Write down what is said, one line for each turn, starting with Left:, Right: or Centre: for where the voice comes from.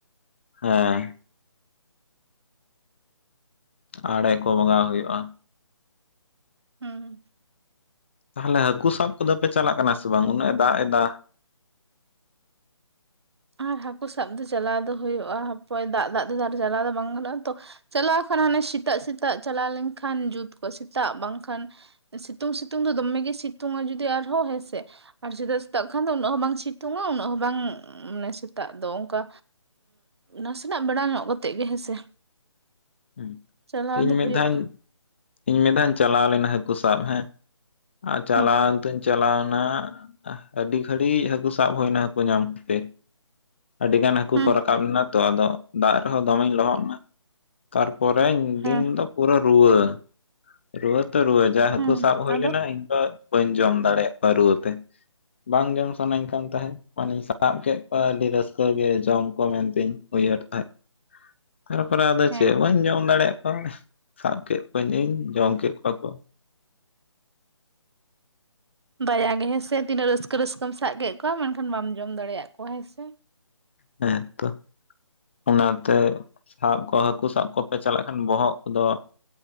Left: ᱦᱮᱸ ᱟᱲᱮ ᱠᱚ ᱵᱚᱸᱜᱟᱣ ᱦᱩᱭᱩᱜᱼᱟ᱾
Right: ᱦᱩᱸ
Left: ᱛᱟᱦᱚᱞᱮ ᱦᱟᱹᱠᱩ ᱥᱟᱵ ᱠᱚᱫᱚ ᱯᱮ ᱪᱟᱞᱟᱜ ᱠᱟᱱᱟ ᱥᱮ ᱵᱟᱝ ᱩᱱᱟᱹᱜ ᱮ ᱫᱟᱜ ᱮᱫᱟ?
Right: ᱟᱨ ᱦᱟᱹᱠᱩ ᱥᱟᱵ ᱫᱚ ᱪᱟᱞᱟᱣ ᱫᱚ ᱦᱩᱭᱩᱜᱼᱟ ᱦᱟᱯᱚᱭ ᱫᱟᱜ ᱫᱟᱜ ᱛᱮᱫᱚ ᱟᱰᱤ ᱪᱟᱞᱟᱣ ᱫᱚ ᱵᱟᱝ ᱜᱟᱱᱚᱜᱼᱟ ᱛᱚ ᱪᱟᱞᱟᱣ ᱠᱷᱟᱱ ᱦᱟᱱᱮ ᱥᱮᱛᱟᱜ ᱥᱮᱛᱟᱜ ᱪᱟᱞᱟᱣ ᱞᱮᱱᱠᱷᱟᱱ ᱡᱩᱛ ᱠᱚᱜ ᱥᱮᱛᱟᱜ ᱵᱟᱝᱠᱷᱟᱱ ᱥᱤᱛᱩᱝ ᱥᱤᱛᱩᱝ ᱫᱚ ᱫᱚᱢᱮ ᱜᱮ ᱥᱤᱛᱩᱝᱼᱟ ᱡᱩᱫᱤ ᱟᱨᱦᱚᱸ ᱦᱮᱸᱥᱮ ᱟᱨ ᱥᱮᱛᱟᱜ ᱥᱮᱛᱟᱜ ᱠᱷᱟᱱ ᱫᱚ ᱩᱱᱟᱹᱜ ᱵᱟᱝ ᱥᱤᱛᱩᱝᱼᱟ ᱩᱱᱟᱹᱜ ᱵᱟᱝ ᱢᱟᱱᱮ ᱥᱮᱛᱟᱜ ᱫᱚ ᱚᱱᱠᱟ ᱱᱟᱥᱮᱱᱟᱜ ᱵᱮᱲᱟ ᱧᱚᱜ ᱠᱟᱛᱮᱜ ᱜᱮ ᱦᱮᱸᱥᱮ
Left: ᱦ <unintelligible> ᱦᱩᱸ
Right: ᱪᱟᱞᱟᱣ
Left: ᱤᱧ
Right: ᱫᱚ
Left: ᱢᱤᱫ
Right: ᱦᱩᱭᱩᱜᱼᱟ
Left: ᱫᱷᱟᱣᱤᱧ ᱢᱤᱫ ᱫᱷᱟᱣ ᱤᱧ ᱪᱟᱞᱟᱣ ᱞᱮᱱᱟ ᱦᱟᱹᱠᱩ ᱥᱟᱵ ᱦᱮᱸ ᱟᱨ ᱪᱟᱞᱟᱣ
Right: ᱦᱩᱸ
Left: ᱛᱚᱧ ᱪᱟᱞᱟᱣᱱᱟ ᱟᱹᱰᱤ ᱜᱷᱟᱹᱲᱤᱡ ᱦᱟᱹᱠᱩ ᱥᱟᱵ ᱦᱩᱭᱱᱟ ᱦᱟᱹᱠᱩ ᱧᱟᱢᱛᱮ ᱟᱹᱰᱤ ᱜᱟᱱ ᱦᱟᱹᱠᱩ
Right: ᱦᱩᱸ
Left: ᱠᱚ ᱨᱟᱠᱟᱵ ᱞᱮᱱᱟ ᱛᱚ ᱟᱫᱚ ᱫᱟᱜ ᱨᱮᱦᱚᱸ ᱫᱚᱢᱮᱧ ᱞᱚᱦᱚᱫ ᱱᱟ ᱛᱟᱨᱯᱚᱨᱮᱧ
Right: ᱦᱮᱸ
Left: ᱫᱤᱱ ᱫᱚ ᱯᱩᱨᱟᱹ ᱨᱩᱣᱟᱹ ᱨᱩᱣᱟᱹ ᱛᱚ ᱨᱩᱣᱟᱹ ᱡᱟ ᱦᱟᱹᱠᱩ
Right: ᱦᱩᱸ
Left: ᱥᱟᱵ ᱦᱩᱭ
Right: ᱟᱫᱚ
Left: ᱞᱮᱱᱟ ᱤᱧ ᱫᱚ ᱵᱟᱹᱧ ᱡᱚᱢ ᱫᱟᱲᱮᱭᱟᱜ ᱠᱚᱣᱟ ᱨᱩᱣᱟᱹᱛᱮ᱾ ᱵᱟᱝ ᱡᱚᱢ ᱥᱟᱱᱟᱧ ᱠᱟᱱ ᱛᱟᱦᱮᱸ ᱢᱟᱱᱮᱧ ᱥᱟᱵ ᱠᱮᱫ ᱠᱚᱣᱟ ᱟᱹᱰᱤ ᱨᱟᱹᱥᱠᱟᱹ ᱜᱮ ᱡᱚᱢ ᱠᱚ ᱢᱮᱱᱛᱮᱧ ᱩᱭᱦᱟᱹᱨ ᱛᱟᱦᱮᱸᱫ ᱛᱟᱨᱯᱚᱨᱮ ᱟᱫᱚ
Right: ᱦᱮᱸ
Left: ᱪᱮᱫ ᱵᱟᱹᱧ ᱡᱚᱢ ᱫᱟᱲᱮᱭᱟᱜ ᱠᱚᱣᱟ ᱥᱟᱵ ᱠᱮᱫ ᱠᱚᱣᱟᱹᱧ ᱤᱧ ᱡᱚᱢ ᱠᱮᱫ ᱠᱚᱣᱟ ᱠᱚ᱾
Right: ᱫᱟᱭᱟ ᱜᱮ ᱦᱮᱸᱥᱮ ᱛᱤᱱᱟᱹᱜ ᱨᱟᱹᱥᱠᱟᱹ ᱨᱟᱹᱥᱠᱟᱹᱢ ᱥᱟᱵ ᱠᱮᱫ ᱠᱚᱣᱟ, ᱢᱮᱱᱠᱷᱟᱱ ᱵᱟᱢ ᱡᱚᱢ ᱫᱟᱲᱮᱭᱟ ᱠᱚᱣᱟ ᱦᱮᱸ ᱥᱮ?
Left: ᱦᱮᱸᱛᱚ ᱚᱱᱟᱛᱮ ᱥᱟᱵ ᱠᱚ ᱦᱟᱹᱠᱩ ᱥᱟᱵ ᱠᱚᱯᱮ ᱪᱟᱞᱟᱜ ᱠᱷᱟᱱ ᱵᱚᱦᱚᱜ ᱠᱚᱫᱚ